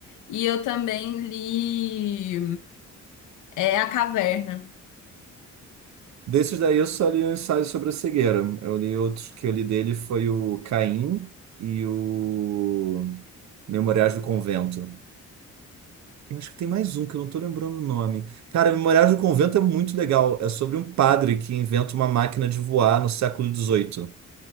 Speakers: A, on the left (about 80°); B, on the right (about 65°).
A: e eu também li é, A Caverna.
B: Desses daí eu só li o ensaio sobre a cegueira. Eu li outros que eu li dele foi o Caim e o Memoriais do Convento. Eu acho que tem mais um que eu não tô lembrando o nome. Cara, Memoriais do Convento é muito legal. É sobre um padre que inventa uma máquina de voar no século XVIII.